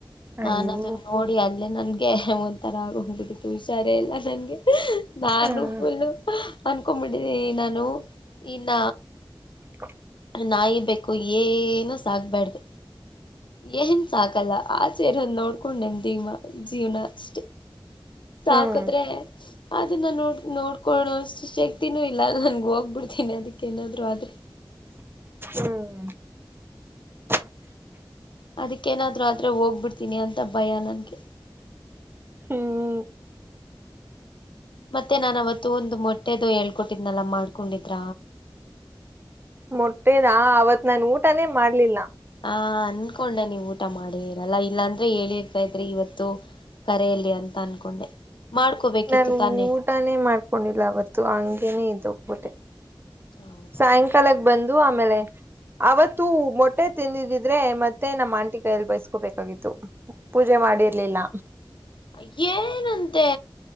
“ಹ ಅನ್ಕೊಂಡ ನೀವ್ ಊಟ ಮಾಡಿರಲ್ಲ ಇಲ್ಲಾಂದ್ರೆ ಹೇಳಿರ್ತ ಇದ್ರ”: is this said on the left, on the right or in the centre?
Left